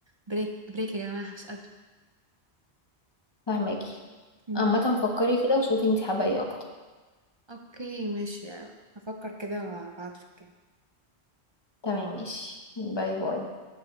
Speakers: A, on the right; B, on the left.
A: بريك بريك يا جماعه مش قادره
B: فاهمك
A: مم.
B: عامه فكري كده وشوفي انت حابه ايه اكتر
A: اوكي ماشي هفكر كده وابعتلك
B: تمام ماشي باي باي